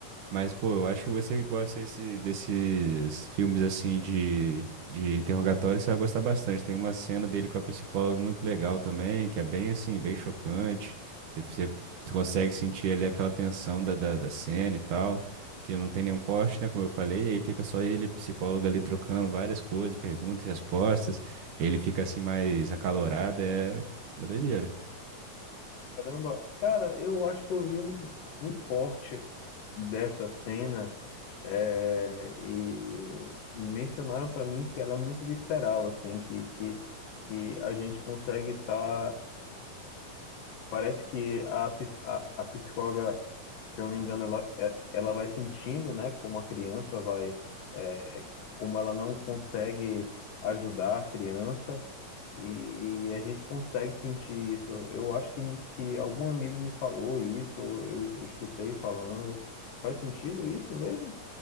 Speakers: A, on the right (about 70°); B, on the left (about 80°).
A: Mas, pô, eu acho que você que gosta esse- desses filmes assim de, de interrogatório, você vai gostar bastante. Tem uma cena dele com a psicóloga muito legal também, que é bem assim, bem chocante. Você, você consegue sentir ali aquela tensão da, da, da cena e tal, que não tem nenhum corte, né? Como eu falei, e aí fica só ele, e a psicóloga ali trocando várias coisas, perguntas e respostas. Ele fica assim mais acalorado, é, é doideira.
B: Caramba. Cara, eu acho que eu vi um, um corte dessa cena é, e mencionaram pra mim que ela é muito visceral, assim, que, que, que a gente consegue estar. parece que a, pis- a, a psicóloga se eu não me engano, ela, é- ela vai sentindo, né, como a criança vai, é, como ela não consegue ajudar a criança, e, e a gente consegue sentir isso. Eu acho que, me- que algum amigo me falou isso, ou eu escutei falando. Faz sentido isso mesmo?